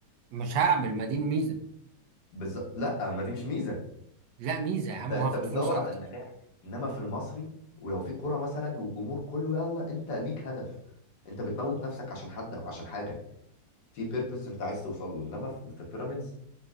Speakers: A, on the right (about 80°); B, on the left (about 70°).
A: مش هعمل ما دي الميزه
B: بز... لا ما دي مش ميزة
A: لا ميزه يا عم
B: انت انت
A: وهاخد
B: بتدور
A: فلوس اكتر
B: على النجاح انما في المصري ولو في كورة مثلا والجمهور كله يلا انت ليك هدف انت بتموت نفسك عشان حد او عشان حاجة في بيربز انت عايز توصل له انما في في بيراميدز